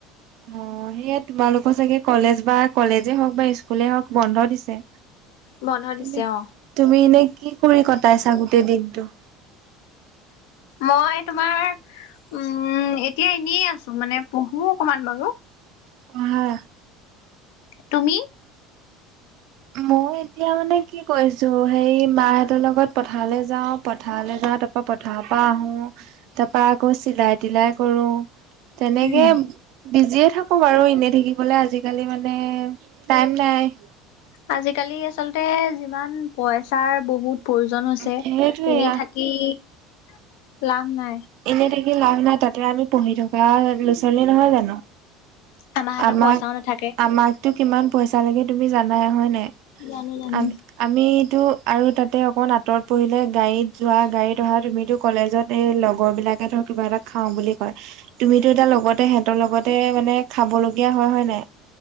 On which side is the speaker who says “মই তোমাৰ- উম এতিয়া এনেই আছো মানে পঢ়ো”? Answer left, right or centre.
Left